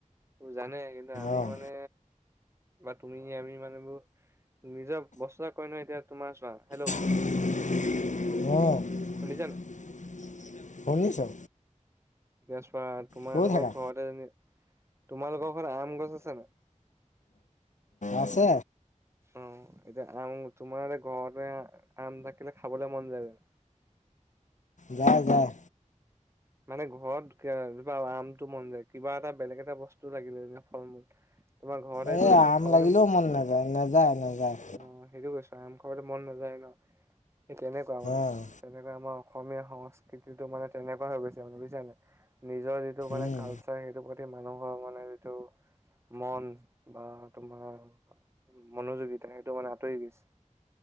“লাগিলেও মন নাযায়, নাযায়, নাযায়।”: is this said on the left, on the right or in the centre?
Left